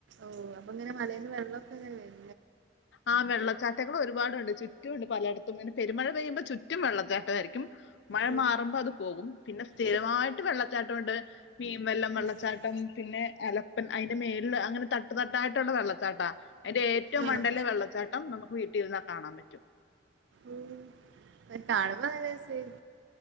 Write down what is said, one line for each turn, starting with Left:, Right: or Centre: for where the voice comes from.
Right: ഓഹ് അപ്പ അങ്ങനെ മലേന്ന് വെള്ളക്കെ ങ്ങനെ വര
Left: ആഹ് വെള്ളച്ചാറ്റങ്ങള് ഒരുപാടുണ്ട്. ചുറ്റും ഉണ്ട് പലേട്ത്തും ഇങ്ങനെ പെരുമഴ പെയ്യുമ്പോ ചുറ്റും വെള്ളച്ചാട്ടം ആര്ക്കും. മഴ
Right: ഓ
Left: മാറുമ്പോ അത് പോകും. പിന്നെ സ്ഥിരമായിട്ട്
Right: ചെ
Left: വെള്ളച്ചാട്ടം ഒണ്ട്. പീൻ വല്ലം
Right: ആഹ്
Left: വെള്ളച്ചാട്ടം പിന്നെ അല അയ്ന്റെ മേൾല് അങ്ങനെ തട്ട് തട്ടായിട്ടുള്ള വെള്ളച്ചാട്ടാ അയ്ന്റെ ഏ ഏറ്റവും
Right: ആണോ
Left: മണ്ടേല വെള്ളച്ചാട്ടം നമുക്ക് വീട്ടിലിരുന്നാ കാണാൻ പറ്റും.
Right: ഉം. അയ് കാണുമ്പോ നല്ല രസായിരി